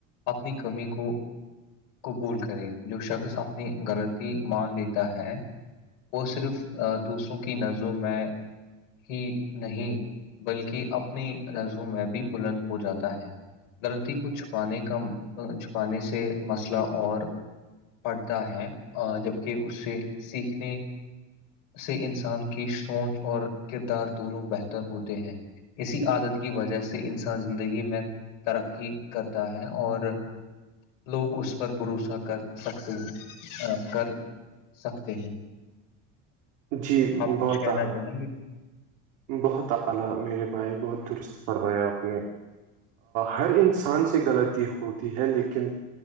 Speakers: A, on the left; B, on the right.
A: اپنی کمی کو قبول کرے جو شخص اپنی غلطی مان لیتا ہے وہ صرف دوسروں کی نظروں میں ہی نہیں بلکہ اپنی نظروں میں بھی بلند ہو جاتا ہے غلطی کو چھپانے کا چھپانے سے مسئلہ اور پڑھتا ہے جبکہ اس سے سیکھنے سے انسان کی سوچ اور کردار دونوں بہتر ہوتے ہیں اسی عادت کی وجہ سے انسان زندگی میں ترقی کرتا ہے اور لوگ اس پر بھروسہ کر سکتے ہیں کر سکتے ہیں
B: جی
A: آپ کچھ
B: بہت
A: کہنا
B: الا
A: چاہیں گے
B: بہت الا میرے بھائی بہت درست فرمایا اپ نے ہر انسان سے غلطی ہوتی ہے لیکن